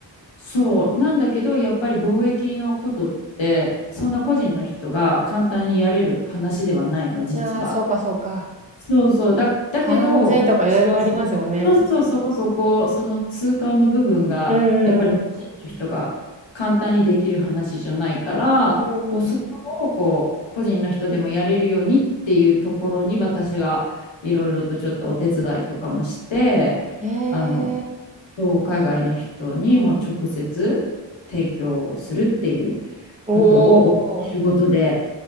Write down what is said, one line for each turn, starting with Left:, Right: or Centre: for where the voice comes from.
Left: そう。なんだけど、やっぱり貿易のことって、そんな個人の人が簡単にやれる話ではないの、実は。
Right: ああ、そうかそうか。
Left: そうそう。だ、だけど、
Right: 関税とかいろいろありますもんね。
Left: 私はその、そうそう、そこそこ、その痛感の部分が、
Right: うんうん
Left: やっぱり個人の人が簡単にできる話じゃないから、
Right: うん。
Left: こう、
Right: うん
Left: そこをこう、個人の人でもやれるようにっていうところに、私がいろいろとちょっとお手伝いとかもして、
Right: うん。えー、
Left: あの、そう海外の人にも直接提供をするっていうことをお仕事で
Right: おー、